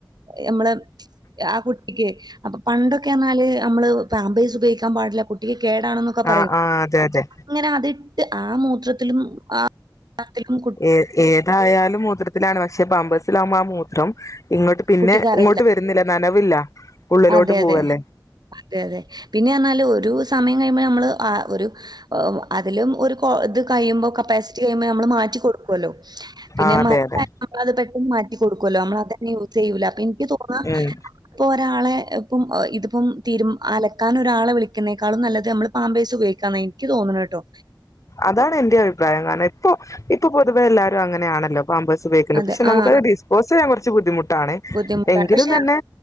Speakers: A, on the right; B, on the left.
A: ഞമ്മള് ആ കുട്ടിക്ക് അപ്പൊ പണ്ടൊക്കെ റ്ഞ്ഞാല് അമ്മള് പാമ്പേഴ്സ് ഉപയോഗിക്കാൻ പാടില്ല കുട്ടിക്ക് കേടാണ് ന്ന് ക്കെ
B: ആ
A: പറയും
B: ആ അതെ അതെ
A: അങ്ങനെ അതിട്ട് ആ മൂത്രത്തിലും ആ <inaudible> ത്തിലും
B: ഏ ഏതായാലും മൂത്ര ത്തിലാണ് പക്ഷെ പമ്പേഴ്സിലാകുമ്പ ആ മൂത്രം ഇങ്ങോട്ട് പിന്നെ
A: കുട്ടിക്കറിയില്ല.
B: ഇങ്ങോട്ട് വരുന്നില്ല നനവില്ല ഉള്ളിലോട്ട്
A: അതെ
B: പോവല്ലേ
A: അതെ അതെ അതെ പിന്നെ റഞ്ഞാല് ഒരു സമയം കഴിയുമ്പോ നമ്മള് ആ ഒരു അതിലും ഒരു ഇത് കഴുമ്പോ കപ്പാസിറ്റി കഴിയുമ്പം നമ്മള് മാറ്റി കൊടുക്കുവല്ലോ പിന്നെ
B: ആ അതെ
A: മലം
B: അതെ
A: ആയാ നമ്മളത് പെട്ടെന്ന് മാറ്റി കൊടുക്കല്ലോ നമ്മൾ തന്നെ യൂസ് ചെയ്യൂല അപ്പൊ ഇൻക്ക് തോന്നാ
B: ഉം
A: ഇപ്പൊ ഒരാളെ ഇപ്പം ഇതിപ്പം തീരു അലക്കാന ഒരാളെ വിളിക്കുന്നേക്കാളും നല്ലത് നമ്മള് പാമ്പേസ് ഉപയോഗിക്കാന്നാ ഇക്ക് തോന്ന്ണേ ട്ടോ
B: അതാണ് എന്റെ അഭിപ്രായം കാരണം ഇപ്പൊ ഇപ്പൊ പൊതുവെ എല്ലാരും അങ്ങനെയാണല്ലോ പാമ്പേഴ്സ് ഉപയോഗിക്കൽ
A: അത്
B: പക്ഷേ നമുക്കത്
A: ആഹ്
B: ഡിസ്പോസിയാ കൊറച്ച് ബുദ്ധിമു ട്ടാൺ
A: ബുദ്ധിമുട്ടാ.
B: എങ്കിലും
A: പക്ഷെ
B: തന്നെ